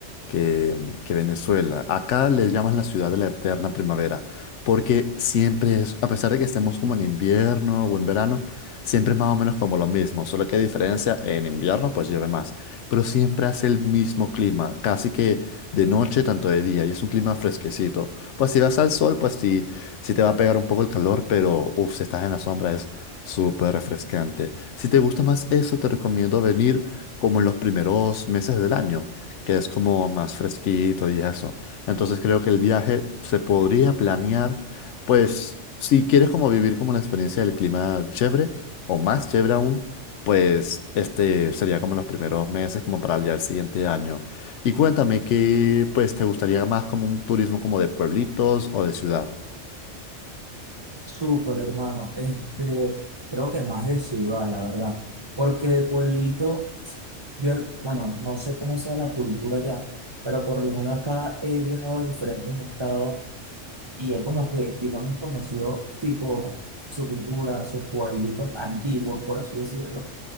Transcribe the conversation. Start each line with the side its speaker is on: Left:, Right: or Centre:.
Left: que, mm, que Venezuela. Acá le llaman la ciudad de la eterna primavera, porque siempre es, a pesar de que estemos como en invierno o en verano, siempre es más o menos como lo mismo, solo que hay diferencia, en invierno pues llueve más, pero siempre hace el mismo clima, casi que de noche, tanto de día, y es un clima fresquecito. Pues si vas al sol, pues sí Sí te va a pegar un poco el calor, pero uff, si estás en la sombra es súper refrescante. Si te gusta más eso, te recomiendo venir como en los primeros meses del año, que es como más fresquito y eso. Entonces creo que el viaje se podría planear, pues si quieres como vivir como la experiencia del clima chévere o más chévere aún, pues este sería como los primeros meses como para ya el siguiente año. Y cuéntame qué pues te gustaría más como un turismo como de pueblitos o de ciudad.
Right: Súper, hermano. Este, creo que más de ciudad, la verdad. Porque de pueblito, yo, bueno, no sé cómo sea la cultura allá, pero por lo menos acá he viajado a diferentes estados Y es como que, digamos, conoció tipo su cultura, sus pueblitos antiguos, por así decirlo.